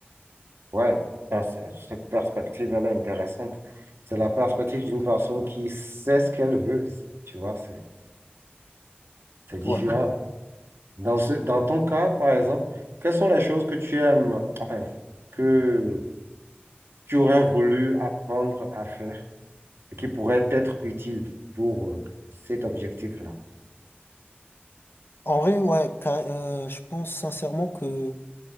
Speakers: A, on the right (about 85°); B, on the left (about 65°).
A: Ouais, Ben, c'est- cette perspective, elle est intéressante. C'est la perspective d'une personne qui sait ce qu'elle veut. Tu vois, c'est c'est différent.
B: Ouais.
A: <laughs> Dans ce, dans ton cas, par exemple, quelles sont les choses que tu aimes, enfin, que tu aurais voulu apprendre à faire et qui pourraient être utiles pour euh, cet objectif-là?
B: En vrai, ouais, ca- euh, je pense sincèrement que